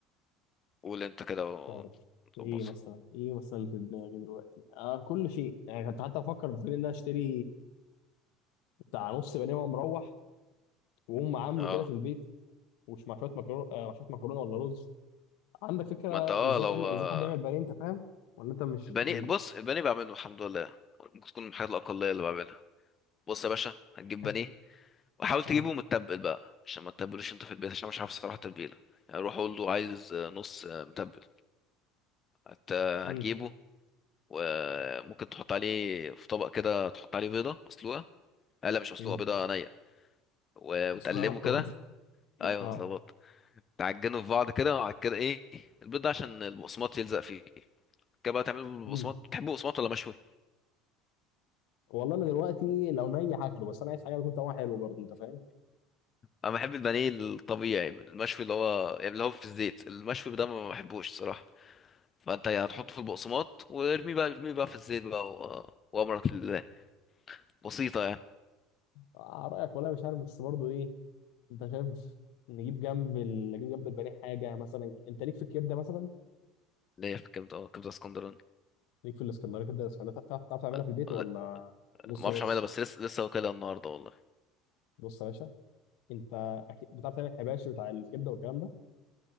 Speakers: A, on the left; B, on the left.
A: قول انت كده ونظبطها
B: تعرف ايه مثلا ايه مثلا اللي في دماغي دلوقتي آه كل شيء يعني كنت حتى افكر في ان انا اشتري بتاع نص بانيه وانا مروح واقوم عامله
A: اه
B: كده في البيت ومش مع شويه مكرونه آه مع شويه مكرونه ولا رز عندك فكره
A: ما انت اه
B: ازاي
A: لو
B: تعمل
A: آه،
B: ازاي حد يعمل بانيه انت فاهم ولا انت مم. مش
A: البانيه
B: بتعمله
A: بص البانيه بعمله الحمد لله ممكن تكون من الحاجات الاقليه اللي بعملها بص يا باشا هتجيب بانيه
B: إزاي؟
A: وحاول
B: اه
A: تجيبه متبل بقى عشان ما تتبلوش انت في البيت عشان مش عارف الصراحه تتبيله يعني روح قول له عايز آه، نص آه، متبل هت...
B: امم
A: هتجيبه وممكن تحط عليه في طبق كده تحط عليه بيضه مسلوقه آه لا مش مسلوقه
B: امم
A: بيضه نيه و...
B: استغربت
A: وتقلبه كده
B: برضه <laughs>
A: ايوه
B: اه
A: اتلخبطت تعجنه في بعض كده وبعد كده ايه البيض ده عشان البقسماط يلزق فيه كده بقى تعمله بالبقسماط
B: امم
A: بتحبه بقسماط ولا مشوي
B: والله انا دلوقتي لو ني هاكله بس انا عايز حاجه تكون طعمها حلو برضه انت فاهم
A: انا بحب البانيه الطبيعي المشوي اللي هو يعني اللي هو في الزيت المشوي ده ما بحبوش الصراحه فانت يعني هتحطه في البقسماط وارميه بقى ارميه بقى في الزيت بقى و... وامرك لله بسيطه يعني
B: آه رايك ولا مش عارف بس برضه ايه انت شايف نجيب جنب ال... نجيب جنب البانيه حاجه مثلا انت ليك في الكبده مثلا
A: اللي هي في الكبده اه كبده اسكندراني
B: ليك في الاسكندريه كبده الاسكندريه بتعرف بتعرف بتعرف تعملها
A: ولا-
B: في البيت
A: ولا-
B: ولا نص
A: ما اعرفش
B: نص
A: اعملها بس لسه لسه واكلها النهارده والله
B: بص يا باشا انت اكيد بتعرف تعمل حباشي بتاع الكبده والكلام ده